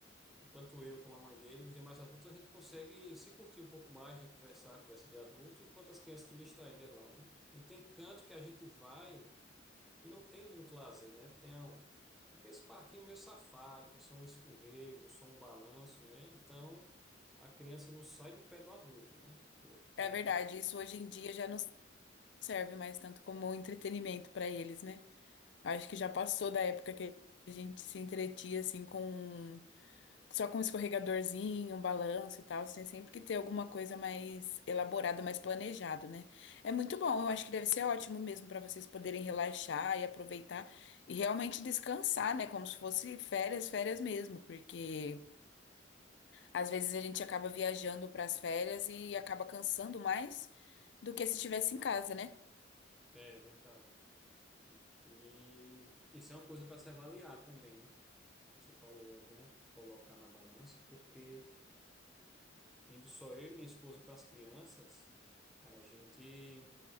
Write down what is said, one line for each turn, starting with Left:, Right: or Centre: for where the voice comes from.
Centre: tanto eu como a mãe dele, e os demais adultos, a gente consegue se curtir um pouco mais, né? Conversar, conversa de adulto, enquanto as crianças estão distraídas lá, né? E tem canto que a gente vai. que não tem muito lazer, né? Tem a- aqueles parquinhos meio safado, que é só um escorrego, só um balanço, né? Então a criança não sai do pé do adulto, né? Porque
Left: É verdade, isso hoje em dia já não serve mais tanto como entretenimento para eles, né? Acho que já passou da época que a gente se entretia, assim, com Só com um escorregadorzinho, um balanço e tal, você tem sempre que ter alguma coisa mais elaborada, mais planejado, né? É muito bom, eu acho que deve ser ótimo mesmo para vocês poderem relaxar e aproveitar e realmente descansar, né? Como se fosse férias, férias mesmo, porque às vezes a gente acaba viajando para as férias e acaba cansando mais do que se estivesse em casa, né?
Centre: é verdade. E isso é uma coisa para se avaliar também. Você falou, é bom colocar na balança, porque indo só eu e minha esposa com as crianças, a gente